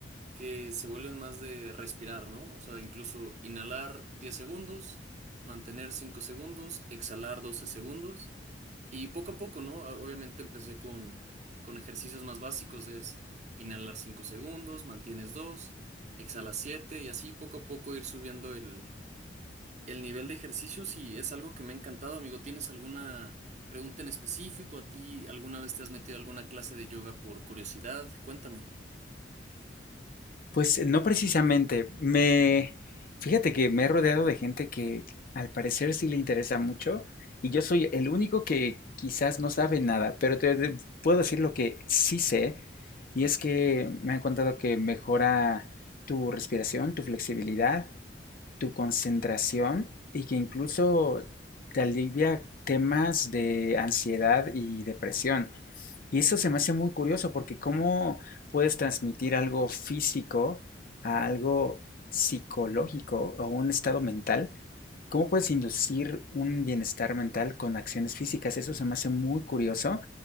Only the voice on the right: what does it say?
que se vuelven más de respirar, ¿no? O sea, incluso inhalar 10 segundos, mantener 5 segundos, exhalar 12 segundos. Y poco a poco, ¿no? Ah, Obviamente empecé con, con ejercicios más básicos, es inhalar 5 segundos, mantienes dos exhalas 7 y así poco a poco ir subiendo el el nivel de ejercicio sí es algo que me ha encantado, amigo. ¿Tienes alguna pregunta en específico? ¿A ti alguna vez te has metido a alguna clase de yoga por curiosidad? Cuéntame.